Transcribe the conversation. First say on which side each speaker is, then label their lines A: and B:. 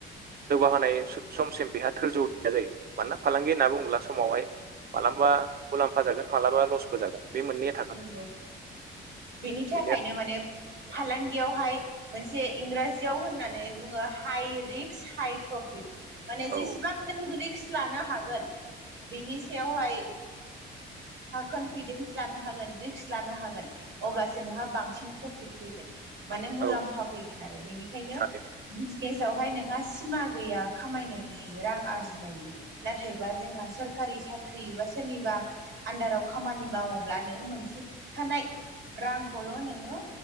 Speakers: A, on the right; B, on the right.
A: जौगाहोनाय समसिम बेहा थोरजौ गैया जायो मानोना फालांगि होनना बुंङोब्ला समावहाय मालाबा मुलाम्फा जागोन मालाबा लसबो जागोन बे मोननै
B: नंगौ बेनि थाखायनो
A: बेनो
B: माने फालांगियावहाय मोनसे इंराजियाव होननानै बुंङो हाइ रिक्क हाइ प्रफिट माने
A: औ
B: जेसेबां रिगषक लानो हागोन बिनि सायावहाय कनफिदेन्स लानो हागोन रिक्स लानो हागोन अब्लासो नोंहा बांसिन प्रफिट फैगोन माने मुलाम्फा
A: औ
B: फैगोन आरो बेनिखायनो
A: थारैनो
B: बिजनेसावहाय नोंहा सिमा गैया खामायनायनि रां आरजिनायनि नाथायबा जोंहा सोरखारि साख्रि एा सोरनिबा आन्दाराव खामानि मावोब्ला नोङो मोनसेखानाय रांखौल' नोंङो